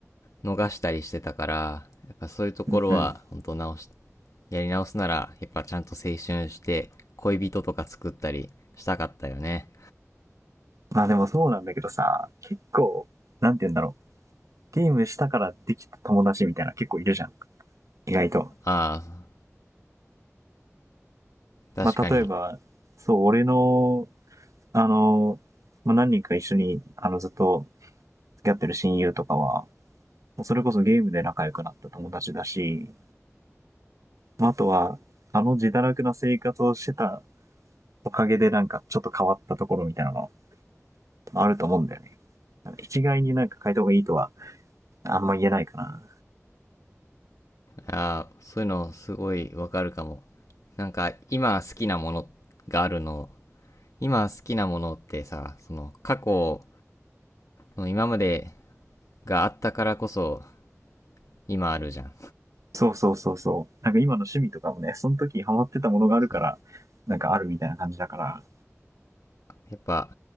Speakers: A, on the left; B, on the right.
A: 逃したりしてたから、やっぱそういうところは、
B: うんうん。
A: 本当直し、やり直すなら、やっぱちゃんと青春して、恋人とか作ったりしたかったよね。
B: まあでもそうなんだけどさ、結構、なんて言うんだろう。ゲームしたからできた友達みたいな結構いるじゃん。意外と。
A: ああ、確かに。
B: まあ、例えば、そう、俺の、あの、まあ、何人か一緒に、あの、ずっと付き合ってる親友とかは、それこそゲームで仲良くなった友達だし、まあ、あとは、あの自堕落な生活をしてたおかげでなんかちょっと変わったところみたいなのあると思うんだよね。一概になんか変えた方がいいとはあんま言えないかな。
A: ああ、そういうのすごいわかるかも。なんか、今好きなものがあるの、今好きなものってさ、その過去の今までがあったからこそ今あるじゃん。
B: そうそうそうそう。なんか今の趣味とかもね、その時ハマってたものがあるから、
A: そう。
B: なんかあるみたいな感じだから、
A: やっぱ、